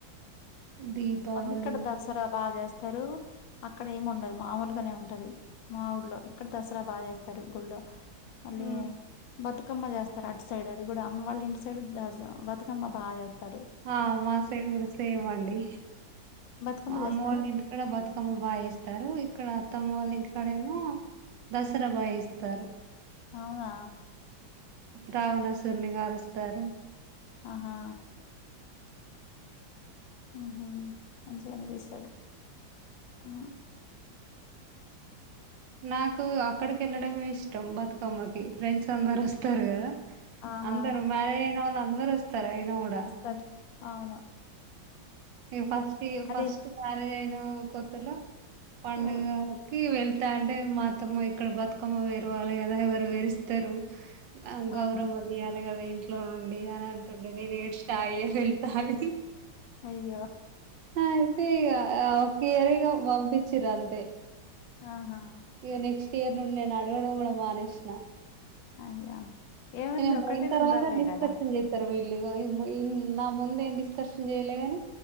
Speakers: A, on the right (about 70°); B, on the left (about 75°).
A: దీపావళి
B: అవును ఇక్కడ దసరా బాగచేస్తారు అక్కడ ఏమి ఉండదు మామూలుగానే ఉంటది. మా ఊళ్ళో ఇక్కడ దసరా బాగచేస్తారు గుళ్ళో మళ్ళీ
A: ఆ!
B: బతుక్ బతుకమ్మ చేస్తారు అటు సైడ్ అది కూడా అమ్మ వాళ్ళింటి సైడ్ బతుకమ్మ బాగా చేత్తారు
A: ఆ మా సైడ్ కూడా సేమ్ అండి
B: బతుకమ్మ
A: మా అమ్మ
B: చేస్తారా
A: వాళ్ళింటికి ఇక్కడ బతుకమ్మ బాగచేస్తారు ఇక్కడ అత్తమ్మ వాళ్ళ ఇంటికాడేమో దసరా బాగా చేస్తారు
B: అవునా
A: రావణాసురున్ని కాలుస్తారు
B: ఆహా అహ మంచిగ అనిపిస్తాది ఆ
A: నాకు అక్కడికి వెళ్ళడమే ఇష్టం బతుకమ్మకి ఫ్రెండ్స్ అందరు వస్తారు కదా
B: ఆహా
A: అందరు మ్యారేజ్ అయినోళ్ళు అందరు వస్తారు అయిన గూడా.
B: వస్తారు అవును
A: నేను ఫస్ట్
B: అది
A: ఫస్ట్ మ్యారేజ్ అయిన కొత్తలో పండగ
B: ఆ!
A: కి వెళ్తా అంటే మాఅత్తమ్మ ఇక్కడ బతుకమ్మని పేరవాలి కదా ఎవరు పేరుస్తారు ఆ గౌరమ్మ
B: ఆహా
A: తీయాలి గదా ఇంట్లో నుండి అని అంటుండే నేను ఏడ్షినా లేదు వెళ్తా అని
B: అయ్యో
A: అయితే ఇగా ఒక ఇయర్ ఇగా పంపించిర్రు అంతే
B: ఆహా
A: ఇగా నెక్స్ట్ ఇయర్ నుండి నేను అడగడం కూడా మానేసిన
B: అయ్యో ఏముంది
A: ఇగా నేను
B: ఒకటి
A: పోయిన తర్వాత
B: రెండు రోజులే
A: డిస్కషన్
B: కదా
A: చేయ్ వీళ్ళు ఇగ నా ముందు ఏం డిస్కర్షన్ చేయలే గాని